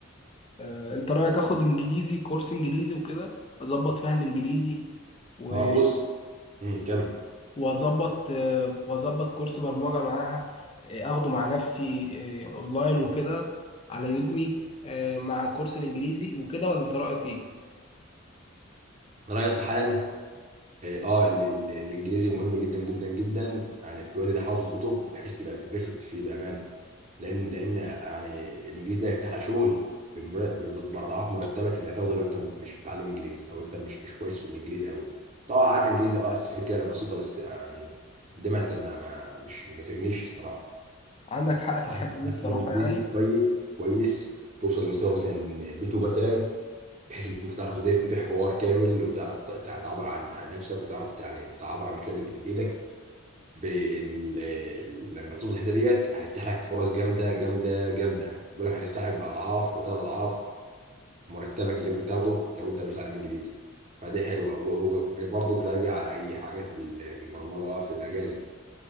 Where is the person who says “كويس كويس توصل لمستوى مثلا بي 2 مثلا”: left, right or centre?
Right